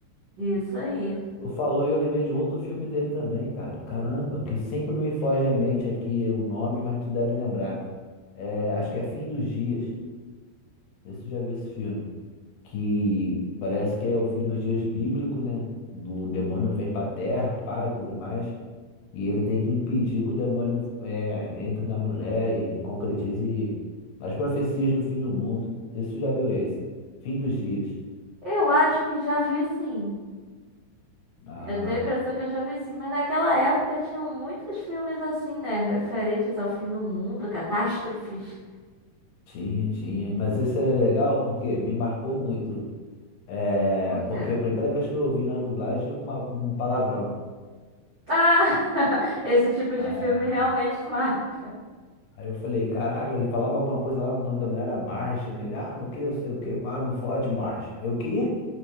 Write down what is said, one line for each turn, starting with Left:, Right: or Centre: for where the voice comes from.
Right: Isso aí.
Left: Tu falou e eu lembrei de outro filme dele também, cara. Caramba, que sempre me foge à mente aqui o nome, mas tu deve lembrar. É,
Right: Hum.
Left: acho que é Fim dos Dias. Não sei se você já viu esse filme. Que parece que é o fim dos dias bíblico, né? O demônio vem pra terra, pai, tudo mais. E ele tem que impedir que o demônio é, entre na mulher e concretize as profecias do fim do mundo. Não sei se você já viu esse. Fim dos dias.
Right: Eu acho que já vi sim.
Left: Ah,
Right: Eu tenho a impressão que eu já vi sim, mas naquela época tinham muitos filmes assim, né? Referentes ao fim do mundo, catástrofes.
Left: tinha, tinha. Mas esse era legal porque me marcou muito. É,
Right: Por quê?
Left: porque a primeira vez que eu ouvi na dublagem uma, um palavrão.
Right: Ah! <laughs> Esse tipo de
Left: É,
Right: filme realmente <laughs> marca.
Left: Aí eu falei, caraca, ele falava alguma coisa lá, o nome da mulher era Marge, né? Ele, ah, no que, eu sei o que, pá, não fode, Marge. Eu, o quê?